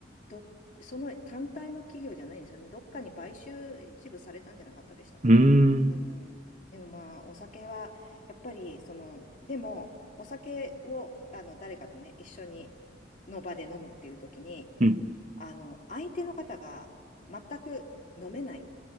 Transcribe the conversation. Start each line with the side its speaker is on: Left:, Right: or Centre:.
Left: ど、その単体の企業じゃないんですよね。どっかに買収一部されたんじゃなかったでしたかね。
Right: うーん。
Left: うん。でもまあ、お酒は、やっぱり、その、でも、お酒を、あの、誰かとね、一緒に、の場で飲むっていう時に、
Right: うん、
Left: あの、相手の方が全く飲めないっ